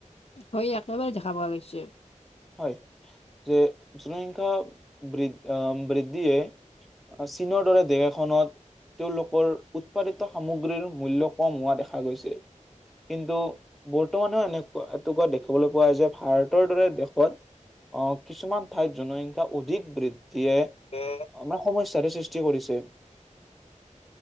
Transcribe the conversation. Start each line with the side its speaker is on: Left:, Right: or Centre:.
Left: হয় একেবাৰে দেখা পোৱা গৈছে।
Centre: হয় যে, জনসংখ্যা <unintelligible> বৃদ্ধিয়ে চীনৰ দৰে দেশ এখনত, তেওঁলোকৰ উৎপাদিত সামগ্ৰীৰ মূল্য কম হোৱা দেখা গৈছে। কিন্তু বৰ্তমানেও এনেকুৱা <unintelligible> দেখিবলৈ পোৱা <unintelligible> যে ভাৰতৰ দৰে <unintelligible> অহ, কিছুমান ঠাইত জনসংখ্যা অধিক বৃদ্ধিয়ে
Left: <unintelligible>
Centre: আমাৰ সমস্যাৰে সৃষ্টি কৰিছে।